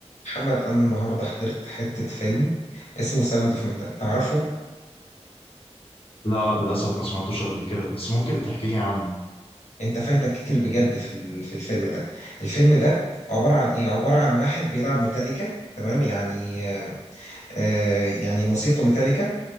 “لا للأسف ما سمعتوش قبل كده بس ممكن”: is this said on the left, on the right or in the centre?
Left